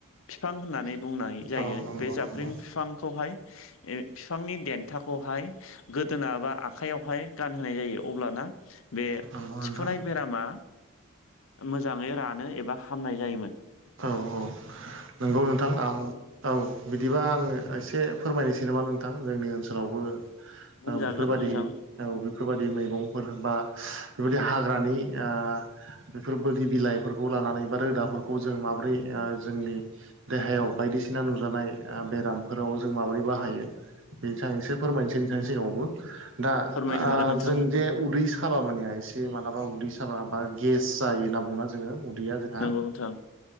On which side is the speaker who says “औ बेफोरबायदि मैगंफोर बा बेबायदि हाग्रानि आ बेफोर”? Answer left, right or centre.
Right